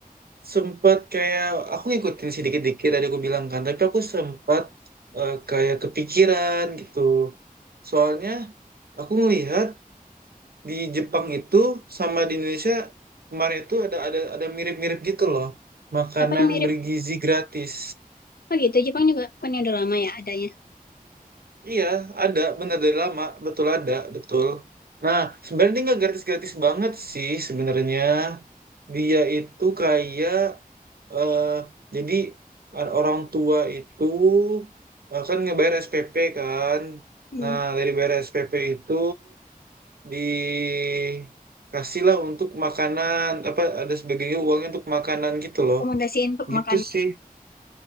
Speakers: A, on the right; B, on the left.
A: Sempet kayak aku ngikutin sedikit dikit-dikit tadi aku bilang kan, tapi aku sempat eh, kayak kepikiran gitu. Soalnya aku ngelihat di Jepang itu sama di Indonesia kemarin itu ada ada ada mirip-mirip gitu loh. Makanan
B: Apa yang mirip?
A: bergizi gratis.
B: Oh gitu, Jepang juga kan ya udah lama ya adanya.
A: Iya, ada benar dari lama, betul ada, betul. Nah, sebenarnya dia nggak gratis-gratis banget sih sebenarnya. Dia itu kayak eh jadi ada orang tua itu eh, kan ngebayar SPP kan.
B: Hmm,
A: Nah, dari bayar SPP itu dikasihlah untuk makanan apa ada sebagainya uangnya untuk makanan gitu loh.
B: rekomendasiin untuk makan.
A: Gitu sih.